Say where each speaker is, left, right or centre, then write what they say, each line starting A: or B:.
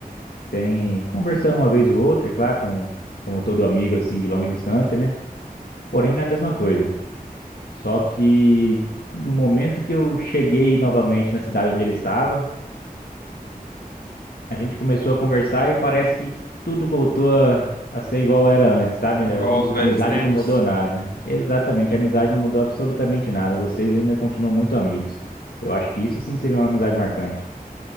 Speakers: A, on the left; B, on the left.
A: sem conversar uma vez ou outra, é claro, como, como todo amigo assim de longa distância, né? Porém, não é a mesma coisa. Só que no momento que eu cheguei novamente na cidade onde ele estava, A gente começou a conversar e parece que tudo voltou a, a ser igual era antes, sabe?
B: Igual
A: A
B: aos velhos
A: a amizade
B: tempos.
A: não mudou nada. Exatamente, a amizade não mudou absolutamente nada. Vocês ainda continuam muito amigos. Eu acho que isso sim seria uma amizade marcante.